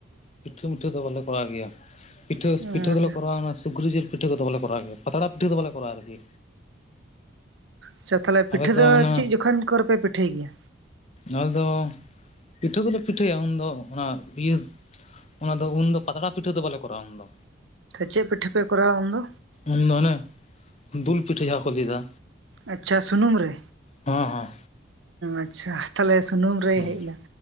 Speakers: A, on the left; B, on the right.
A: ᱯᱤᱴᱷᱟᱹ ᱢᱤᱴᱷᱟᱹ ᱫᱚ ᱵᱟᱞᱮ ᱠᱚᱨᱟᱣ ᱜᱮᱭᱟ᱾ ᱯᱤᱷᱴᱟᱹᱥ
B: ᱟᱪᱪᱷᱟ
A: ᱯᱤᱴᱷᱟᱹ ᱫᱚᱞᱮ ᱠᱚᱨᱟᱣᱟ᱾ ᱱᱚᱣᱟ ᱥᱩᱠᱨᱤ ᱡᱤᱞ ᱯᱤᱴᱷᱟᱹ ᱠᱚᱫᱚ ᱵᱟᱞᱮ ᱠᱚᱨᱟᱣᱟ ᱜᱮᱭᱟ᱾ ᱯᱟᱛᱲᱟ ᱯᱤᱴᱟᱹ ᱫᱚᱵᱟᱞᱮ ᱠᱚᱨᱟᱣᱟ ᱟᱨᱠᱤ᱾
B: ᱟᱪᱪᱷᱟ ᱛᱟᱦᱚᱞᱮ ᱯᱤᱴᱷᱟᱹ
A: ᱟᱞᱮ
B: ᱫᱚ
A: ᱚᱱᱟ
B: ᱪᱮᱫ ᱡᱚᱠᱷᱟᱱ ᱠᱚᱨᱮ ᱯᱮ ᱯᱤᱴᱷᱟᱹᱭ ᱜᱮᱭᱟ?
A: ᱟᱞᱮ ᱫᱚ ᱯᱤᱴᱷᱟᱹ ᱫᱚᱞᱮ ᱯᱤᱴᱷᱟᱹᱭᱟ ᱩᱱ ᱫᱚ ᱚᱱᱟ ᱤᱭᱟᱹ ᱚᱱᱟᱫᱚ ᱩᱱᱫᱚ ᱯᱟᱛᱲᱟ ᱯᱤᱴᱷᱟᱹ ᱫᱚ ᱵᱟᱞᱮ ᱠᱚᱨᱟᱣᱟ ᱩᱱᱫᱚ᱾
B: ᱪᱮᱫ ᱯᱤᱴᱷᱟᱹ ᱯᱮ ᱠᱚᱨᱟᱣᱟ ᱩᱱᱫᱚ?
A: ᱩᱸ ᱚᱱᱮ ᱫᱩᱞ ᱯᱤᱴᱷᱟᱹ ᱡᱟᱦᱟᱸ ᱠᱚ ᱞᱟᱹᱭᱮᱫᱟ᱾
B: ᱟᱪᱪᱷᱟ ᱥᱩᱱᱩᱢ ᱨᱮ,
A: ᱦᱚᱸ ᱦᱚᱸ,
B: ᱟᱪᱪᱷᱟ ᱛᱟᱦᱞᱮ ᱥᱩᱱᱩᱢ ᱨᱮ
A: ᱦᱮᱸ
B: ᱦᱮᱡ
A: ᱦᱮᱸ
B: ᱮᱱᱟ᱾